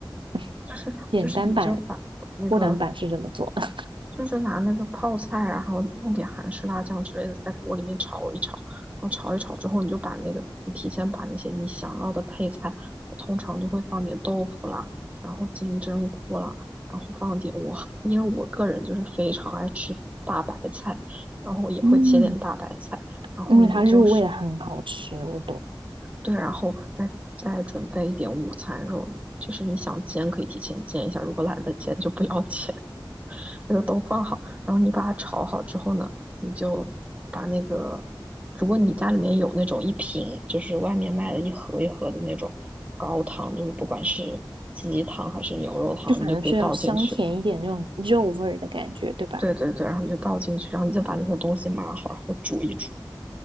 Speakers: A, on the right (about 85°); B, on the right (about 15°).
A: <laughs>
B: 就是就是你就把那个
A: 简单版、偷懒版是这么做的 <laughs>
B: 就是拿那个泡菜啊，然后弄点韩式辣酱之类的，在锅里面炒一炒，然后炒一炒之后，你就把那个你提前把那些你想要的配菜，我通常就会放点豆腐啦，然后金针菇啦，然后放点我因为我个人就是非常爱吃大白菜，然后也会切点大白菜，
A: 嗯，
B: 然后你就是
A: 因为它入味的很好吃，我懂，
B: 对，然后再再准备一点午餐肉，就是你想煎可以提前煎一下，如果懒得煎就不要 <laughs> 煎。这个都放好，然后你把它炒好之后呢，你就把那个，如果你家里面有那种一瓶，就是外面卖的一盒一盒的那种高汤，就是不管是鸡汤还是牛肉汤，
A: 就反正是要香甜一点那种肉味儿的感觉，
B: 你就可以倒进去。
A: 对吧？
B: 对对对，然后你就倒进去，然后你再把那些东西码好，然后煮一煮，